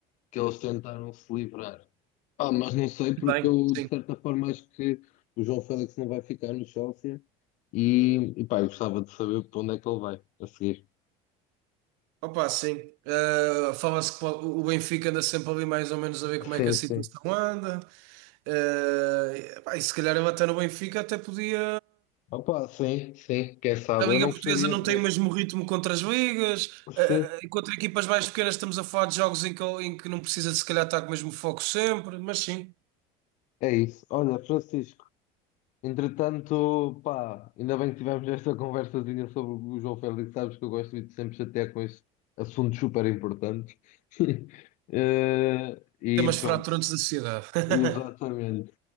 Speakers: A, on the left (about 50°); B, on the right (about 70°).
A: que eles tentaram se livrar. Ah, mas não sei porque
B: Bem,
A: eu
B: sim.
A: de certa forma acho que o João Félix não vai ficar no Chelsea e, e pá, eu gostava de saber para onde é que ele vai a seguir.
B: Opa, sim. Eh, fala-se que o o Benfica anda sempre ali mais ou menos a ver como é
A: Sim,
B: que a situação
A: sim.
B: anda. Eh, pá, e se calhar ele até no Benfica até podia.
A: Opa, sim, sim, quem sabe?
B: A Liga
A: Eu não
B: Portuguesa
A: gostaria
B: não
A: de ver.
B: tem o mesmo ritmo contra as ligas. eh,
A: Sim,
B: contra equipas mais pequenas estamos a falar de jogos em que, em que não precisa se calhar estar com o mesmo foco sempre, mas sim,
A: é isso. Olha, Francisco. Entretanto, pá, ainda bem que tivemos esta <laughs> conversazinha sobre o João Félix, sabes que eu gosto de te sempre chatear com este assunto super importante. <laughs> Eh, e
B: temas fraturantes
A: pronto,
B: da sociedade. <laughs>
A: exatamente.